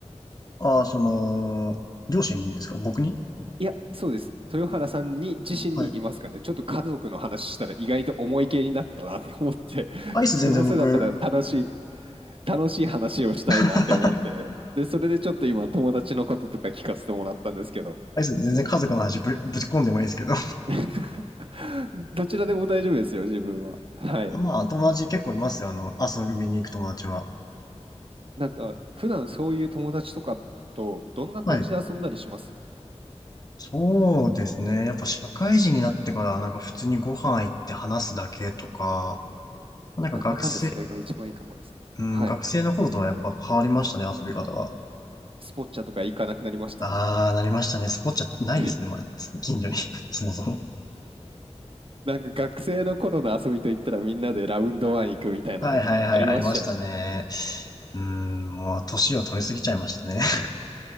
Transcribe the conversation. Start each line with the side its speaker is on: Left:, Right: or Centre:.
Left: ああ、その、両親にですか僕に
Right: いや、そうです。豊原さんに自身にいますかね。
Left: はい。
Right: ちょっと家族の話したら意外と重い系になったなって思って、<laughs>
Left: アイス全然僕、
Right: どうせだったら楽しい、楽しい話をしたいなって思って、
Left: <laughs>
Right: で、それでちょっと今友達のこととか聞かせてもらったんですけど、
Left: アイス全然家族の話ぶ、ぶち込んでもいいですけど。
Right: <laughs> どちらでも大丈夫ですよ、自分は。はい。
Left: あまあ、友達結構いますよ。あの、遊びに行く友達は。
Right: なんか、普段そういう友達とかとどんな感じで遊んだりします
Left: はい。そうですね。やっぱ社会人になってから、なんか普通にご飯行って話すだけとか、なんか学生、
Right: なんだかんだそれが一番いいかもですね。
Left: うん、
Right: はい。
Left: 学生の頃とはやっぱ変わりましたね、遊び方が。
Right: スポッチャとか行かなくなりました。
Left: ああ、なりましたね。スポッチャないですね、
Right: <laughs>
Left: まあ、近所に。<laughs> そもそも。
Right: なんか学生の頃の遊びといったらみんなでラウンドワン行くみたいなのありましたよね。
Left: はいはいはい、ありましたね。うーん、もう年を取りすぎちゃいましたね。<laughs>